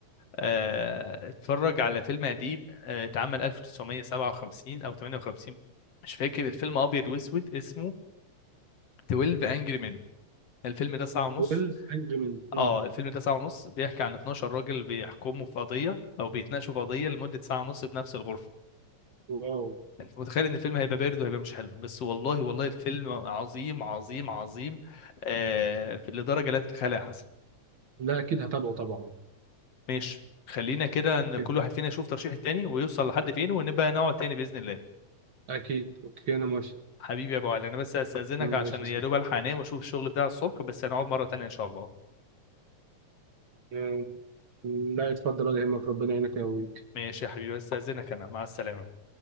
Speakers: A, on the left; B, on the right.
A: آه، اتفرج على فيلم قديم آه، اتعمل 1957 او 58 مش فاكر الفيلم ابيض واسود اسمه 12 انجري مان الفيلم ده ساعة ونص
B: 12 انجري مان
A: اه الفيلم ده ساعة ونص بيحكي عن 12 راجل بيحكموا في قضية أو بيتناقشوا في قضية لمدة ساعة ونص في نفس الغرفة
B: واو
A: أنت متخيل إن الفيلم هيبقى بارد وهيبقى مش حلو بس والله والله الفيلم عظيم عظيم عظيم آه لدرجة لا تتخيلها يا حسن
B: لا اكيد هتابعه طبعا
A: ماشي خلينا كده إن
B: اكيد
A: كل واحد فينا يشوف ترشيح التاني ويوصل لحد فين ونبقى نقعد تاني بإذن الله
B: أكيد. اوكي انا موافق
A: حبيبي يا أبو علي أنا بس هستأذنك
B: ماشي
A: عشان
B: يا
A: يا
B: سيدي
A: دوب ألحق أنام وأشوف الشغل بتاع الصبح بس هنقعد مرة تانية إن شاء الله
B: آه، لا اتفضل ولا يهمك ربنا يعينك يا ابوي
A: ماشي يا حبيبي هستأذنك أنا مع السلامة